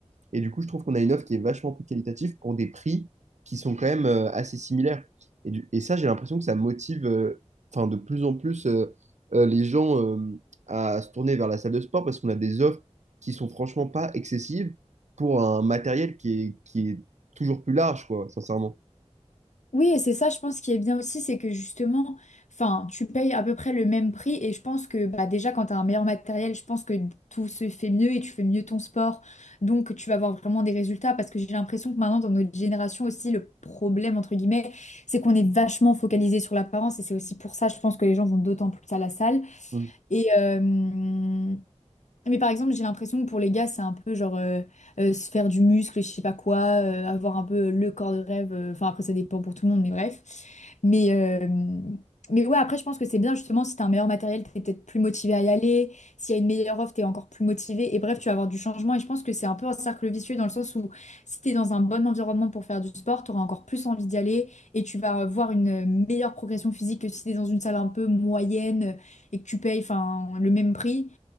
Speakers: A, on the right; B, on the left.
A: Et du coup, je trouve qu'on a une offre qui est vachement plus qualitative pour des prix qui sont quand même euh, assez similaires. Et, du- et ça, j'ai l'impression que ça motive euh, enfin, de plus en plus euh, euh, les gens euh, à se tourner vers la salle de sport parce qu'on a des offres qui sont franchement pas excessives pour un matériel qui est, qui est toujours plus large, quoi, sincèrement.
B: Oui, et c'est ça, je pense, qui est bien aussi, c'est que justement, enfin, tu payes à peu près le même prix. Et je pense que bah, déjà, quand tu as un meilleur matériel, je pense que tout se fait mieux et tu fais mieux ton sport. Donc, tu vas avoir vraiment des résultats. Parce que j'ai l'impression que maintenant, dans notre génération aussi, le problème, entre guillemets, c'est qu'on est vachement focalisé sur l'apparence. Et c'est aussi pour ça, je pense, que les gens vont d'autant plus à la salle.
A: Mm.
B: Et, euh, mais par exemple, j'ai l'impression que pour les gars, c'est un peu genre euh, euh, se faire du muscle, je sais pas quoi, euh, avoir un peu le corps de rêve. euh, Enfin, après, ça dépend pour tout le monde, mais bref. Mais, euh, mais ouais, après, je pense que c'est bien justement si t'as un meilleur matériel, t'es peut-être plus motivé à y aller. S'il y a une meilleure offre, t'es encore plus motivé. Et bref, tu vas avoir du changement. Et je pense que c'est un peu un cercle vicieux dans le sens où si t'es dans un bon environnement pour faire du sport, t'auras encore plus envie d'y aller et tu vas voir une meilleure progression physique que si t'es dans une salle un peu moyenne et que tu payes enfin, le même prix.